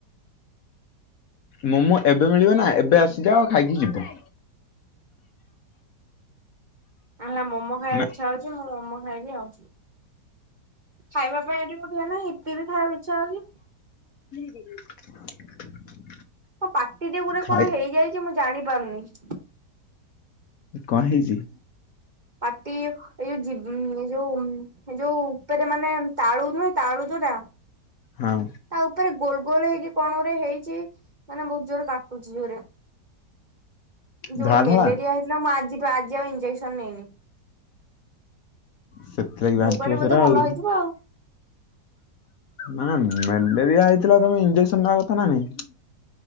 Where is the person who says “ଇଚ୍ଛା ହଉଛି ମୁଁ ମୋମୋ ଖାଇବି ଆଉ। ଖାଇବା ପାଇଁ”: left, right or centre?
Right